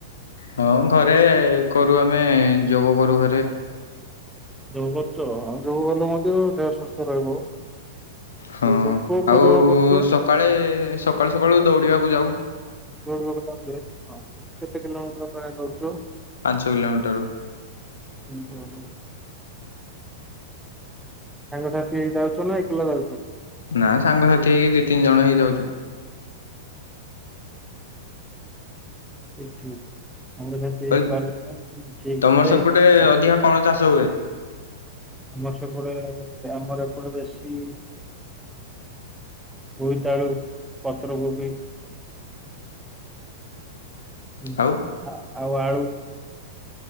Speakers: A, on the left (about 80°); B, in the centre.
A: ହଁ ଘରେ କରୁ ଆମେ ଯୋଗ କରୁ ଘରେ।
B: ଯୋଗ କରୁଚ ହଁ ଯୋଗ କଲେ ମଧ୍ୟ ଦେହ ସୁସ୍ଥ ରହିବ।
A: ହଁ।
B: କୋଉ
A: ଆଉ
B: କୋଉ ଯୋଗ କରୁଛ?
A: ସକାଳେ ସକାଳୁ ସକାଳୁ ଦୌଡ଼ିବାକୁ ଯାଉ।
B: ଦୌଡିବାକୁ ଯାଉଚ ଯେବେ କେତେ କିଲୋମିଟର ପ୍ରାୟ ଦୌଡୁଚ?
A: ପାଞ୍ଚ କିଲୋମିଟର।
B: <unintelligible> ସାଙ୍ଗ ସାଥି ହେଇକି ଯାଉଛ ନା ଏକଲା ଯାଉଛ?
A: ନା ସାଙ୍ଗସାଥି ହେଇକି ଦି ତିନି ଜଣ ହେଇଯାଉଛୁ।
B: ଠିକ ଠିକ ସାଙ୍ଗ ସାଥି
A: କହିଲି
B: ହେଇ ଗଲେ ଠିକ
A: ତମର
B: ବଲେ
A: ସେପଟେ
B: <unintelligible>
A: ଅଧିକା କଣ ଚାଷ ହୁଏ।
B: ଆମର ସେପଟେ ଆମର ଏପଟେ ବେଶୀ ବୋଇତାଳୁ, ପତ୍ରକୋବି
A: <inaudible>
B: ହ
A: ଆଉ?
B: ଆ ଆଉ ଆଳୁ